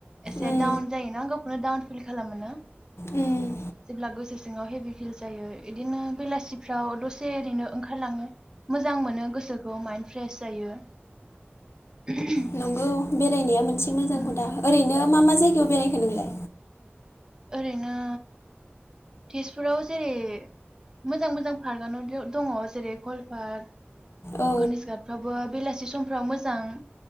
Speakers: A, on the right; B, on the left.
A: एसे
B: उम
A: डाउन जायोनां गावखौनो डाउन फिल खालामोना
B: उम
A: जेब्ला गोसो सिङाव हेभि फिल जायो इदिनो बेलासिफ्राव दसे ओरैनो ओंखारलाङो मोजां मोनो गोसोखौ माइन्न्द फ्रेश जायो <unintelligible>
B: नंगौ बेरायनाया मोनसे मोजां
A: उम
B: हुदा ओरैनो मा मा जाय खौ बेरायखो नोंलाय?
A: ओरैनो तेजपुराव जेरै मोजां मोजां पार्कआनो दंङ जेरै कल पार्क
B: औ
A: गघनेश गाटफ्राबो बेलासि समफ्राव मोजां